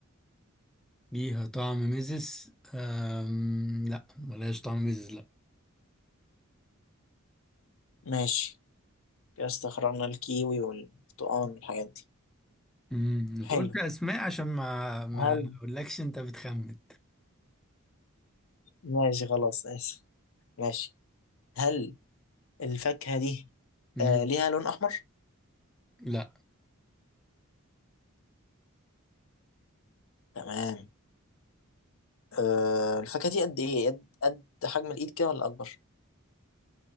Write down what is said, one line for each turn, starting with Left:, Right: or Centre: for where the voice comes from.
Centre: ليها طعم مزز آم لا ملهاش طعم مزز لا
Left: ماشي كده استخرجنا الكيوي والبرتقال والحاجات دي
Centre: امم انت
Left: حلو
Centre: قلت اسماء عشان ما ما
Left: هل
Centre: اقولكش انت بتخمن
Left: ماشي خلاص آسف ماشي هل الفاكهة دي
Centre: امم
Left: آه ليها لون أحمر؟
Centre: لا
Left: تمام آه الفاكهة دي قد إيه؟ قد قد حجم الإيد كده ولا أكبر؟